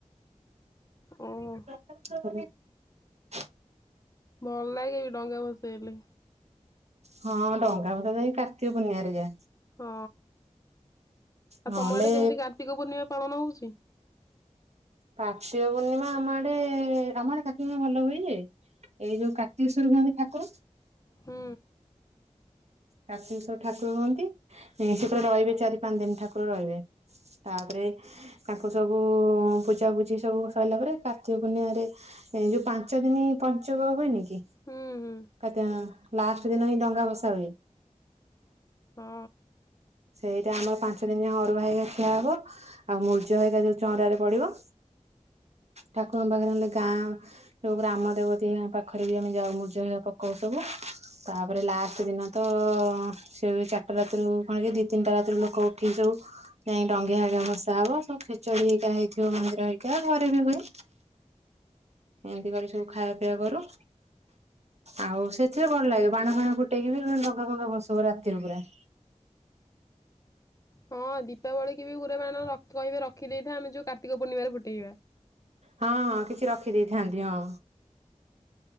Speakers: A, on the left; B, on the right.
A: ଉଁ।
B: <unintelligible>
A: ଭଲ ଲାଗେ ବି ଡଙ୍ଗା ଭସେଇଲେ।
B: ହଁ ଡଙ୍ଗା ଭଷା ଯାଇ କାର୍ତିକ ପୁର୍ଣିମାରେ ଯା।
A: ହଁ ଆଉ
B: ନହେଲେ
A: ତମ ଆଡେ କେମିତି କାର୍ତ୍ତିକ ପୂର୍ଣ୍ଣିମା ପାଳନ ହଉଚି।
B: କାର୍ତିକ ପୂର୍ଣ୍ଣିମା ଆମ ଆଡେ ଆମ ଆଡେ କାର୍ତ୍ତିକ ପୂର୍ଣ୍ଣିମା ଭଲ ହୁଏ ଯେ। ଏଇ ଯୋଉ କାର୍ତ୍ତିକେଶ୍ୱର ହୁଅନ୍ତି ଠାକୁର
A: ହୁଁ।
B: କାର୍ତ୍ତିକଶ୍ୱର ଠାକୁର ହୁଅନ୍ତି ସେ ପୁରା ରହିବେ ଚାରି ପାଞ୍ଚ ଦିନ ଠାକୁର ରହିବେ। ତାପରେ ତାଙ୍କୁ ସବୁ ପୂଜାପୂଜି ସବୁ ସଇଲା ପରେ କାର୍ତ୍ତିକ ପୂର୍ଣ୍ଣିମାରେ ସେ ଯୋଉ ପାଞ୍ଚ ଦିନି ପଞ୍ଚୁକ ହୁଏନି କି?
A: ହୁଁ ହୁଁ
B: <unintelligible> ଲାଷ୍ଟ ଦିନ ହିଁ ଡଙ୍ଗା ଭସା ହୁଏ।
A: ହୁଁ।
B: ସେଇଟା ଆମର ପାଞ୍ଚ ଦିନ ଯାଏ ଅରୁଆ ହେଇକା ଖିଆ ହବ ଆଉ ମୂର୍ଜ ହେଇକା ଯୋଉ ଚଉଁରାରେ ପଡିବ। ଠକୁରଙ୍କ ପାଖରେ ନଲେ ଗାଁ ଯୋଉ ଗ୍ରାମ ଦେବତୀ ପାଖରେ ବି ଆମେ ଯାଉ ମୂର୍ଜ ହେଇ ପକଉ ସବୁ। ତାପରେ ଲାଷ୍ଟ ଦିନ ତ ସେ ଚାରିଟା ରାତିରୁ କଣ ଦି ତିନିଟା ରାତିରୁ ଲୋକ ଉଠିକି ସବୁ ଯାଇ ଡଙ୍ଗି ଆ ଭସା ହବ ସବୁ ଖେଚଡି ହେଇକା ହେଇଥିବ ମନ୍ଦିର ହେଇକା ଘରେ ବି ହୁଏ। ଏମିତି କରି ସବୁ ଖାଇବା ପିଆ କରୁ। ଆଉ ସେଥିରେ ଭଲ ଲାଗେ ବାଣ ଫାଣ ଫୁଟେଇକି ବି ଡଙ୍ଗା ଫଙ୍ଗା ଭସଉ ରାତିରୁ ପୁରା।
A: ହଁ ଦୀପାବଳି କି ବି ଗୁରେ ବାଣ ରଖି କହିବେ ରଖି ଦେଇଥା ଆମେ ଯୋଉ କାର୍ତିକ ପୂର୍ଣ୍ଣିମାରେ ଫୁଟେଇବା।
B: ହଁ ହଁ କିଛି ରଖି ଦେଇଥାନ୍ତି ହଁ।